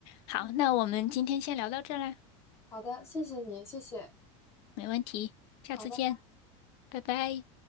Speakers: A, on the left; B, on the left.
A: 好，
B: 嗯，
A: 那我们今天先聊到这儿啦，
B: 好的，谢谢你，谢谢，
A: 没问题，下次见，
B: 好的。
A: 拜拜。